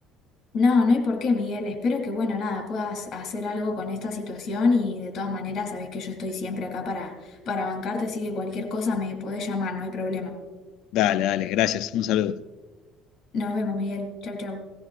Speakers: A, on the left (about 50°); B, on the left (about 70°).
A: No, no hay por qué, Miguel. Espero que, bueno, nada, puedas hacer algo con esta situación y de todas maneras sabes que yo estoy siempre acá para, para bancarte, así que cualquier cosa me podés llamar, no hay problema.
B: Dale, dale, gracias. Un saludo.
A: Nos vemos, Miguel. Chau, chau.